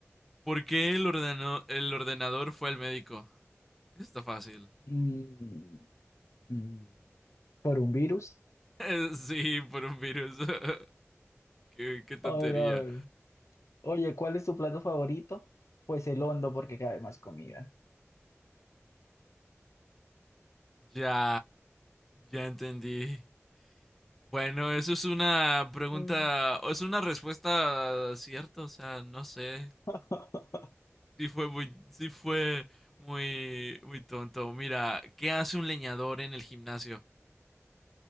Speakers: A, in the centre; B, on the left (about 85°).
A: ¿por qué el ordeno- el ordenador fue al médico? Está fácil.
B: Mm, mm, ¿Por un virus?
A: <laughs> Sí, por un virus. <laughs> Qué, qué tontería.
B: A ver, a ver. Oye, ¿cuál es tu plato favorito? Pues el hondo, porque cabe más comida.
A: Ya, ya entendí. Bueno, eso es una pregunta,
B: mm.
A: o es una respuesta cierta, o sea, no sé.
B: <laughs>
A: Sí fue muy, sí fue muy, muy tonto. Mira, ¿qué hace un leñador en el gimnasio?